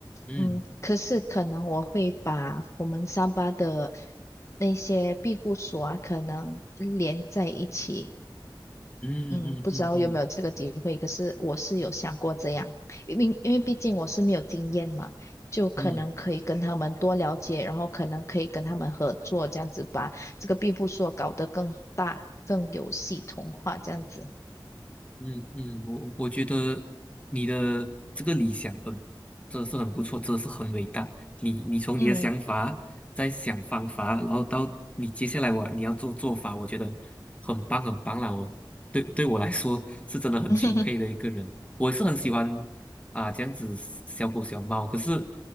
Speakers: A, on the left (about 15°); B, on the left (about 35°).
A: 嗯
B: 嗯，可是可能我会把我们三八的那些庇护所啊，可能连在一起，
A: 嗯嗯嗯嗯
B: 嗯，不知道有没有这个机会，可是我是有想过这样，因为因为毕竟我是没有经验嘛，就可能可以跟他们多了解，
A: 嗯，
B: 然后可能可以跟他们合作，这样子把这个庇护所搞得更大、更有系统化，这样子。
A: 嗯嗯，我我觉得你的这个理想很，真的是很不错，真的是很伟大。你你从你的想法再想方法，
B: 嗯
A: 然后到你接下来我你要做做法，我觉得很棒很棒啦。我对对我来说是真的很钦佩的一个人。
B: <laughs>
A: 我也是很喜欢啊、这样子小狗小猫，可是